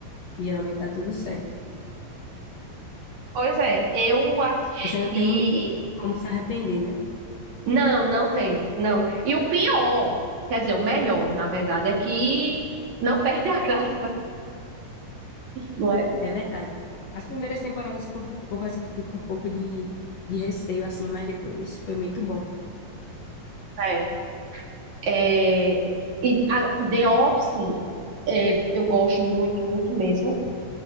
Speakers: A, on the left; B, on the right.
A: E geralmente dá tudo certo.
B: Pois é, eu assisti.
A: Você não tem como se arrepender, né?
B: Não, não tem, não. E o pior, quer dizer, o melhor, na verdade, é que não perde a <laughs> graça. não é?
A: É verdade. As primeiras temporadas, eu confi- confesso que fiquei com um pouco de, de receio, assim, mas depois foi muito bom.
B: É. É, e a The Office é, eu gosto muito, muito mesmo.